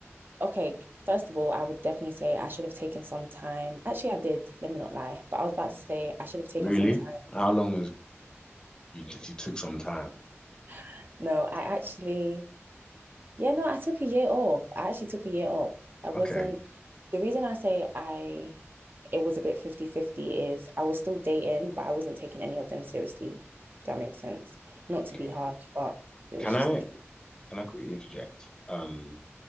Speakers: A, on the right; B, on the left.
A: okay, first of all, I would definitely say I should have taken some time. Actually, I did, let me not lie, but I was about to say I should have taken
B: Really?
A: some time.
B: How long was you, you took some time?
A: <laughs> no, I actually, yeah, no, I took a year off. I actually took a year off. I wasn't,
B: Okay.
A: the reason I say I it was a bit 50 50. is I was still dating, but I wasn't taking any of them seriously, if that makes sense. Not to
B: Okay.
A: be harsh, but it
B: Can
A: was just
B: I
A: the truth.
B: can I quickly interject? Um,